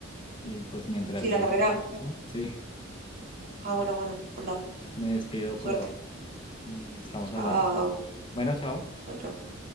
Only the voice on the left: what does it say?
y pues mientras
llegue
todo eso, sí,
pues me despido
por ahora y estamos
hablando. Bueno, chao.